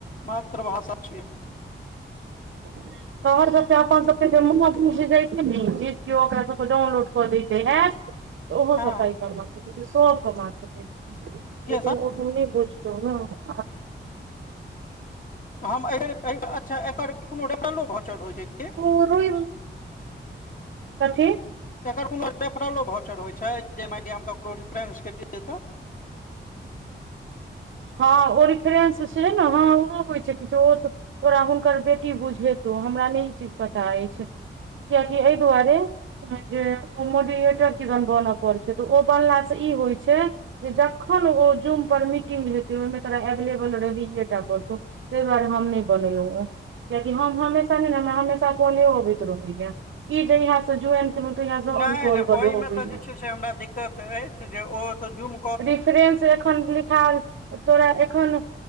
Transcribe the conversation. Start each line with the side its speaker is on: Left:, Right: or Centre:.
Left: मातृ भाषा छियै
Right: ह <unintelligible> तोहर सब के अपन सबके जे मा बुझ जैतै ने ईलाज कियो ओकरा सबके डाउनलोड कऽ देैते ऐप तऽ ओहो
Left: हँ
Right: सपाइ कमा सकैत छै सब कमा सकै छै
Left: किया
Right: लेकिन
Left: सर
Right: से नहीं बुझतौ नऽ
Left: हम ए अच्छा एकर कोनो रेफरलो भौचर होई छै की
Right: प रुइ कथी
Left: एकर कोनो रेफरलो भौचर होइ छै जेनाकि हम ककरो रिफरेंस के लियै तऽ
Right: हँ ओ रिफरेंस छै न हँ ओहो होइ छै किछो ओ तोरा हुनकर बेटी बुझेतौ हमरा नहि ई चीज पता अछि क्या की ऐ दुआरे जे मोडीेएटर किदैन बनऽ पड़ छै तऽ ओ बनलास ई होइ छै जे जखन ओ जूम पर मि हेतै ओहिमे तोरा एवेलेबल रहैएटा पतौ तहि दुआरे हम नहि बनेलहुं ओ कियाकि हम हमेशा ने ने हमरा हमेशा कौले अवैत रहैय‌ इ जहिया से जू ए चलो तऽ यह
Left: नहि
Right: तऔर कौल
Left: नहि
Right: बड़ो
Left: ओहिमे
Right: होबै
Left: तऽ
Right: ने
Left: जे छै से हमरा दिक्कत अछि जे ओ तऽ जुम
Right: रेफ्रेंस एखन लिखल‌तोरा एखन